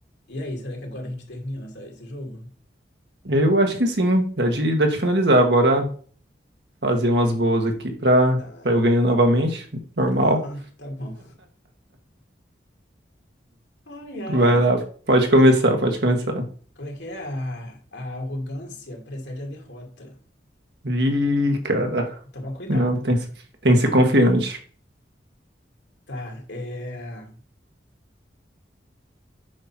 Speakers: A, on the left; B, on the right.
A: E aí, será que agora a gente termina essa- esse jogo?
B: Eu acho que sim. Dá de, dá de finalizar. Bora fazer umas boas aqui pra,
A: Tá,
B: pra eu ganhar novamente. Normal.
A: ah, ah, tá bom. Ai, ai.
B: Vai lá, pode começar, pode começar.
A: Como é que é? A, a arrogância precede a derrota.
B: Ih, cara.
A: Toma cuidado.
B: Não, tem, que ser- tem que ser confiante.
A: Tá, é.